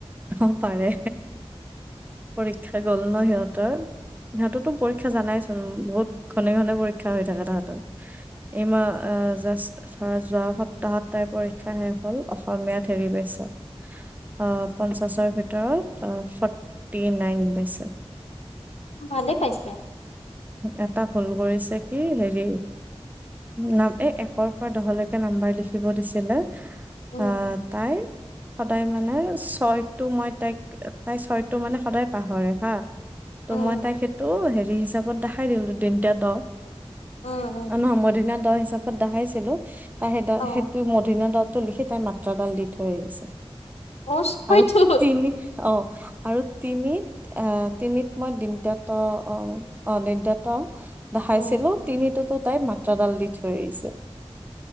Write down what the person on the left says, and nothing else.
ভালে পাইছে।
উম
উম
উম
উম উম
অ
অ হয়তো
অ